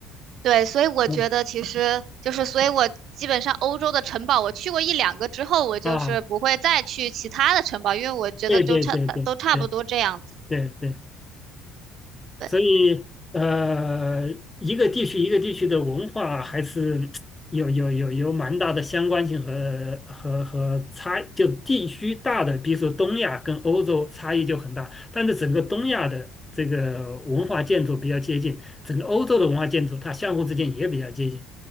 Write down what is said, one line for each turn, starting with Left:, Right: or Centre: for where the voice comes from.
Right: 对，所以我觉得其实就是，
Left: 嗯
Right: 所以我基本上欧洲的城堡我去过一两个之后，我就是不会再去其他的城堡，
Left: 啊，
Right: 因为我觉得就差都差不多这样子。
Left: 对对对对对。对对，
Right: 对
Left: 所以呃，一个地区一个地区的文化还是有有有有蛮大的相关性和和和差，就地区大的，比如说东亚跟欧洲差异就很大，但是整个东亚的这个文化建筑比较接近，整个欧洲的文化建筑它相互之间也比较接近，